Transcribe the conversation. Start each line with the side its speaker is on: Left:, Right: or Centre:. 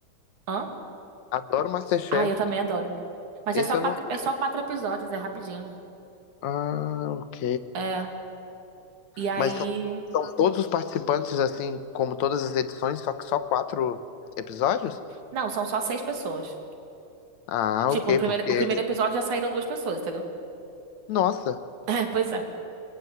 Right: hã?
Left: Adoro Masterchef.
Right: Ah, eu também adoro. Mas
Left: Esse
Right: é só
Left: eu
Right: quatro,
Left: não vi.
Right: é só quatro episódios, é rapidinho.
Left: Ah, ok.
Right: É. E aí.
Left: Mas são, são todos os participantes, assim, como todas as edições, só que só quatro episódios?
Right: Não, são só seis pessoas.
Left: Ah,
Right: Tipo,
Left: ok,
Right: no primeiro,
Left: porque.
Right: o primeiro episódio já saíram duas pessoas, entendeu? <laughs>
Left: Nossa,
Right: É, pois é.